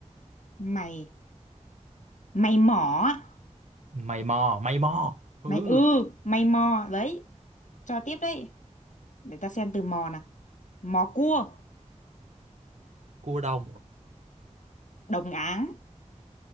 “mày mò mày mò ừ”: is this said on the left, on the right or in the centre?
Right